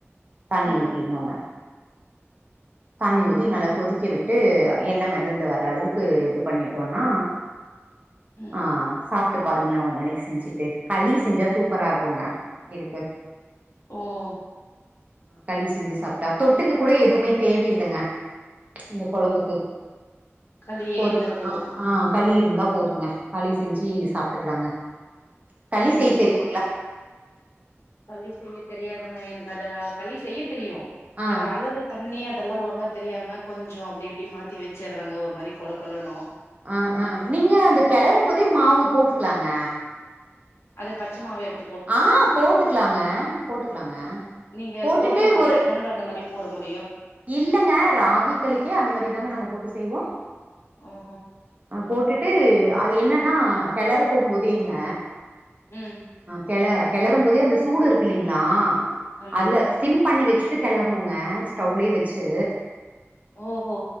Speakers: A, on the right; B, on the left.
A: தண்ணி
B: ம்
A: ஊத்தீட்னூங்க தண்ணி ஊத்தி நல்லா கொதிக்க விட்டு எண்ண மெதந்து வர்ற அளவுக்கு இது பண்ணிட்டோன்னா
B: ம்
A: ஆ சாப்ட்டு பாருங்களே ஒரு நாளைக் செஞ்சுட்டு களி செஞ்சா சூப் பரா இருக்குங்க இதுக்கு
B: ம்
A: களி செஞ்சு சாப்ட்டா தொட்டுக்க கூட எதுவ்மே தேவையில்லங்க இந்த கொழம்புக்கு
B: களியே
A: பொரி
B: இருந்தா போது
A: அ ஆ களி இரு ந்தா போதுங்க களி செஞ்சி சாப்ட்டுக்லாங்க களி
B: ம்
A: செய்ய தெரியு
B: களி செய்ய தெரியாதுங்க எனக்கதா களி செய்ய தெரியு
A: ஆ
B: பட் அளவு தண்ணியா இதெல்லா ஒழுங்கா தெரியாம கொஞ்சொ அப்டி இப்டி மாத்தி வச்சுர்றேங்க ஒரு மாரி கொல கொலணு
A: அ ஆ நீங்க அந்த கெளறும் போதே மாவு போட்டுக்குலாங்க
B: அது பச்ச மாவே எடு
A: ஆ போட்டுக்லாங்க போட்டுக்லாங்க
B: நீங்க
A: போட்டுட்டு
B: கோதும களிக்கு
A: ஒரு
B: தாங்க அந்த மாரி போட மு
A: இல்லங்க ராகி களிக்கே அந்த மாரி தாங்க நாங்க போட்டு செய்வோம்
B: ஓஹோ
A: அ போட்டுட்டு அது என்னன்னா கெளற போம் போதேங்க
B: ம்
A: கெள கெளரும் போதே அந்த சூடு இருக்கில்லீங்ளா
B: ஆமாங்க
A: அதுல சிம் பண்ணி வச் சு கெளர்ணுங்க ஸ்டவுளே வச்சு
B: ஓஹோ